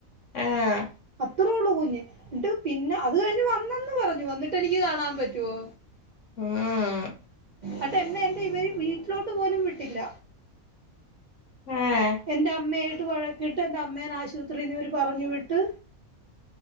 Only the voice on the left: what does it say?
ഏഹ്
ആഹ്
ഏഹ്